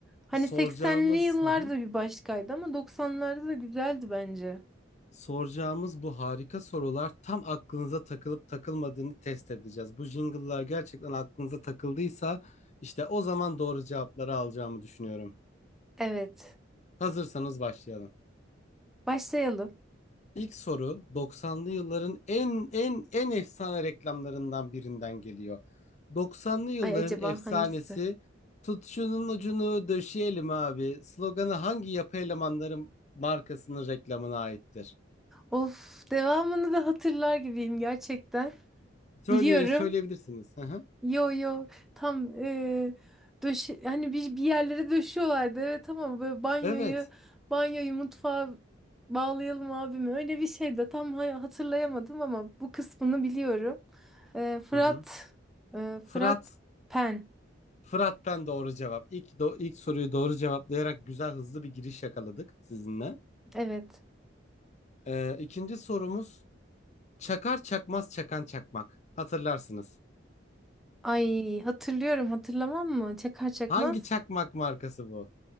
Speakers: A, in the centre; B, on the left (about 40°).
A: Hani
B: Soracağımız
A: 80'li yıllarda
B: hı hı.
A: bir başkaydı ama 90'larda da güzeldi bence.
B: Soracağımız bu harika sorular tam aklınıza takılıp takılmadığını test edeceğiz. Bu jingle'lar gerçekten aklınıza takıldıysa işte o zaman doğru cevapları alacağımı düşünüyorum.
A: Evet.
B: Hazırsanız başlayalım.
A: Başlayalım.
B: İlk soru doksanlı yılların en en en efsane reklamlarından birinden geliyor. Doksanlı yılların
A: Ay acaba
B: efsanesi
A: hangisi?
B: Tut şunun ucunu döşeyelim abi. Sloganı hangi yapı elemanları markasının reklamına aittir?
A: Of, devamını da hatırlar gibiyim gerçekten.
B: Söyleyin
A: Biliyorum.
B: söyleyebilirsiniz. Hı hı.
A: Yo yo tam eee döşe hani bir, bir yerlere döşüyorlardı evet ama böyle banyoyu
B: Evet.
A: banyoyu mutfağa bağlayalım abime öyle bir şey de tam ha- hatırlayamadım ama bu kısmını biliyorum. Eee, Fırat
B: Hı hı.
A: eee,
B: Fırat.
A: Fırat Pen
B: Fırat'tan doğru cevap. İlk, do- ilk soruyu doğru cevaplayarak güzel hızlı bir giriş yakaladık sizinle.
A: evet
B: Ee, ikinci sorumuz Çakar çakmaz çakan çakmak. Hatırlarsınız.
A: ay hatırlıyorum hatırlamam mı çakar çakmaz.
B: Hangi çakmak markası bu?